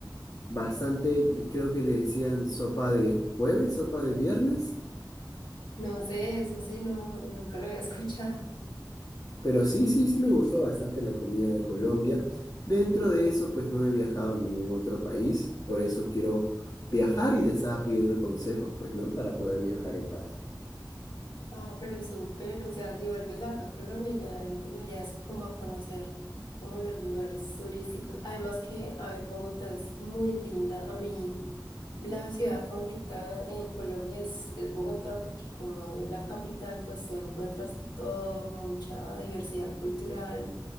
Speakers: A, on the left (about 50°); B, on the left (about 80°).
A: Bastante, creo que le decían sopa de jueves, sopa de viernes,
B: No sé, eso sí, no, nunca lo había <laughs> escuchado.
A: pero sí, sí, sí me gustó bastante la comida de Colombia. Dentro de eso, pues no he viajado a ningún otro país, por eso quiero viajar y te estaba pidiendo consejos, pues, ¿no? Para poder viajar en paz.
B: Ah, pero súper, o sea, si vuelves acá a Colombia ya empezarías como a conocer como los lugares turísticos. Además que, a ver, Bogotá es muy linda. A mí la ciudad favorita en Colombia es, es Bogotá porque como es la capital, pues tú encuentras todo, mucha diversidad cultural.